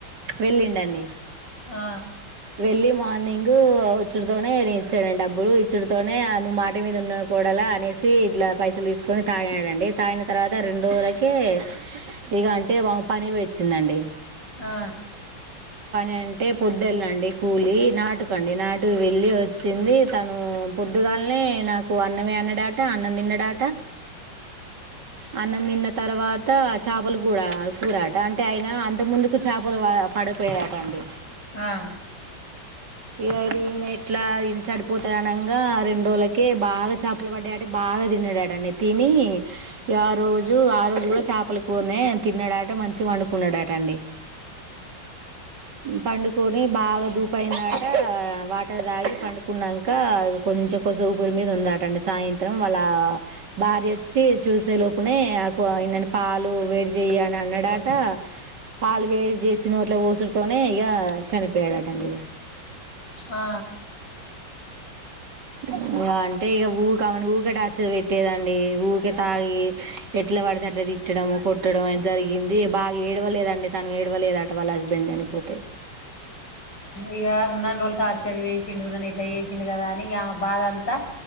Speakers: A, on the right; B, on the left.
A: వెళ్ళిండండి
B: ఆ
A: వెళ్లి మార్నింగ్ డు వచ్చుడుతోనే నే ఇచ్చానండి డబ్బులు ఇచ్చడితోనే ఆ నువ్వు మాట మీద ఉన్నావు కూడాలా అనేసి ఇట్లా పైసలు తీసుకొని తాగాడండి తాగిన తర్వాత రెండు రోజులకే ఇగ అంటే పనికి పోయిచ్చిందండి
B: ఆ
A: అంటే పొదేళ్ళండి కూలి నాటుకండి నాటు వెళ్ళి వచ్చింది తను పొద్దుగాలనే నాకు అన్నమే అన్నడాట అన్నం తిన్నడాట అన్నం తిన్న తర్వాత చేపలు కూడా కూరట అంటే ఆయన అంత ముందుకు చేపలు పడిపోయా అట పండు
B: ఆ
A: ఇగా రీ ఎట్లా ఈ చడిపోతాడనంగా రెండు రోజులకే బాగా చేపలు పడ్డాయట బాగా తిన్నాడాటండి తిని ఆ రోజు ఆ రోజు కూడా చేపల కూరినే తిన్నాడాట మంచిగా పడుకున్నాడాటండి పండుకొని బాగా దూపు అయిందట వాటర్ దాగి పండుకున్నాక కొంచెం కొస ఊపిరి మీద ఉందాటండి సాయంత్రం వాళ్ళ భార్య వచ్చి చూసే లోపునే ఇన్నన్ని పాలు వేడి చేయ నన్నడాట
B: ఆ
A: పాలు వేడి చేసినోట్ల పోస్ తోనే ఇక చనిపోయాడటండి ఇగ
B: ఆ
A: ఇగ అంటే ఇగ ఊకే ఆమెను ఊకె టార్చర్ పెట్టేదండి ఊకే తాగి ఎట్లా పడితే అట్ల తిట్టడం కొట్టడం అది జరిగింది బాగా ఏడవలేదండి తను ఏడవలేద అట వాళ్ళ హస్బెండ్ చనిపోతే
B: ఇగా ఉన్ననీ రోజులు టార్చర్ చేసిండు న్నను ఇట్లా చేసిండు కదా అని ఆమె బాధ అంతా